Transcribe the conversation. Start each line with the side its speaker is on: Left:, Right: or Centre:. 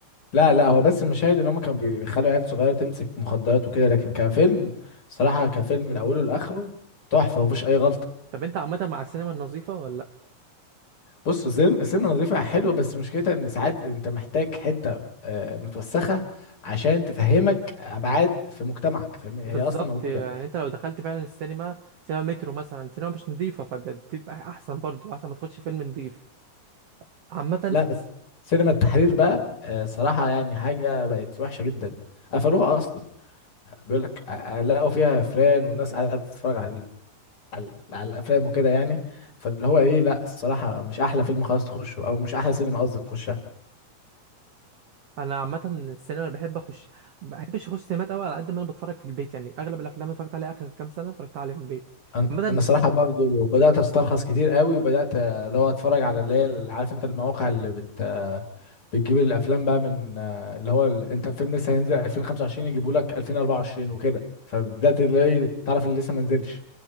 Left: لا لا هو بس المشاهد ان هم كانوا بيخلوا عيال صغيرة تمسك مخدرات وكده لكن كفيلم صراحة كفيلم من اوله لاخره تحفة مفيش اي غلطة
Right: طب انت عامة مع السينما النظيفة ولا
Left: بص السينما السينما نظيفة حلوة بس مشكلتها ان ساعات انت محتاج حتة آه، متوسخة عشان تفهمك ابعاد في مجتمعك فاهمني
Right: بالظبط
Left: هي اصلا موجودة
Right: يعني انت لو دخلت فعلا السينما سينما مترو مثلا سينما مش نظيفه فتبقى احسن برضو احسن ما تخش فيلم نظيف عامه
Left: لا بس سينما التحرير بقى آه، صراحة يعني حاجة بقت وحشة جدا قفلوها أصلا بيقول لك آه، آه، لقوا فيها فيران والناس قاعدة بتتفرج على ال- على ال- على الأفلام وكده يعني فاللي هو إيه لا الصراحة مش أحلى فيلم خلاص تخشه أو مش أحلى سينما قصدي تخشها
Right: انا عامه السينما اللي بحب اخش ما بحبش اخش سينمات قوي على قد ما انا بتفرج في البيت يعني اغلب الافلام اللي اتفرجت عليها اخر كام سنه اتفرجت عليها في البيت
Left: أنا
Right: عامه
Left: أنا صراحة برضو بدأت أسترخص كتير قوي وبدأت آه، اللي هو أتفرج على اللي هي اللي عارف أنت المواقع اللي بت آه، بتجيب الافلام بقى من آه، اللي هو ال- انت فيلم لسه هينزل 2025 يجيبوا لك 2024 وكده فبدات اللي هي إيه، تعرف اللي لسه ما نزلش